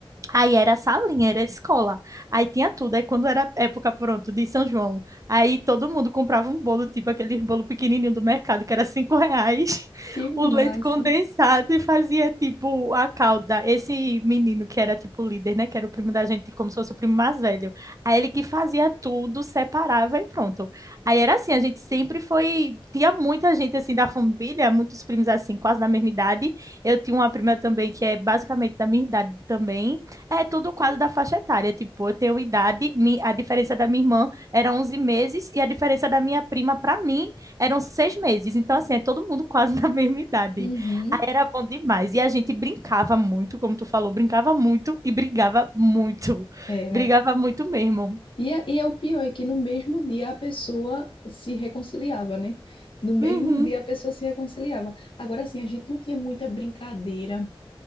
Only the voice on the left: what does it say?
Que massa.
Uhum,
era.
E, a- e é o pior é que no mesmo dia a pessoa se reconciliava, né? No mesmo
dia a pessoa se reconciliava. Agora, assim, a gente não tinha muita brincadeira.